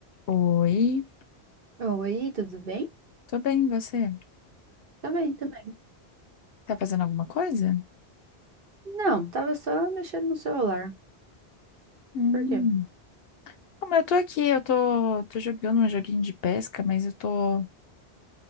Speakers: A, on the left (about 65°); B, on the right (about 55°).
A: Oi,
B: Oi, tudo bem?
A: tô bem, e você?
B: Tá bem, também.
A: Tá fazendo alguma coisa?
B: Não, tava só mexendo no celular.
A: Hum.
B: Por quê?
A: Como eu tô aqui, eu tô, tô jogando um joguinho de pesca, mas eu tô,